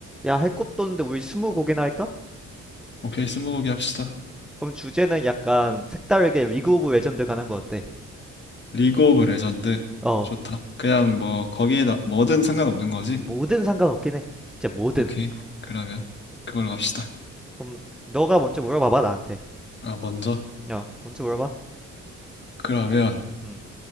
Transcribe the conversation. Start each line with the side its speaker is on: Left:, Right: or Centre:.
Centre: 야, 할 것도 없는데 우리 스무 곡이나 할까?
Left: 오케이, 스무고개 합시다.
Centre: 그럼 주제는 약간 색다르게 리그 오브 레전드 가는 거 어때?
Left: 리그 오브 레전드.
Centre: 어,
Left: 좋다. 그냥 뭐, 거기에 나, 뭐든 상관없는 거지?
Centre: 뭐든 상관없긴 해. 진짜 뭐든.
Left: 오케이. 그러면, 그걸로 갑시다.
Centre: 그럼 너가 먼저 물어봐봐, 나한테.
Left: 아, 먼저.
Centre: 어, 먼저 물어봐.
Left: 그러면,
Centre: 응,